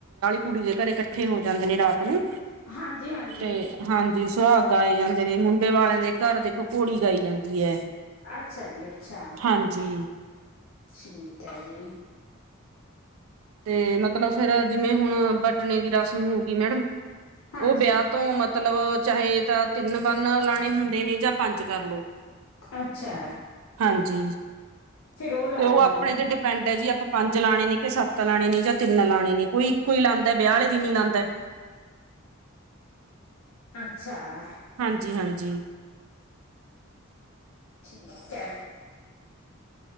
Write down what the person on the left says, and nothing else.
ਹਾਂਜੀ ਹਾਂਜੀ।
ਅੱਛਾ ਜੀ ਅੱਛਾ।
ਠੀਕ ਐ ਜੀ।
ਹਾਂਜੀ
ਅੱਛਾ।
ਫਿਰ ਲਾਏ
ਜਾਂਦੇ
ਨੇ
ਅੱਛਾ
ਠੀ ਐ।